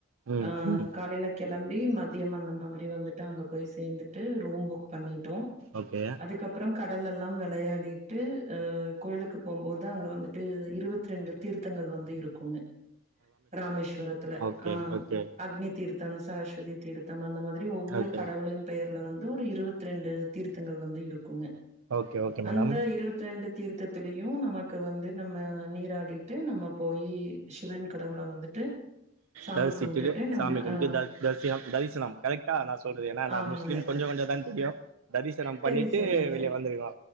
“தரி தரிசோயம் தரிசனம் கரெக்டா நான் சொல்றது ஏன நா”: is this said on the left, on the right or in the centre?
Right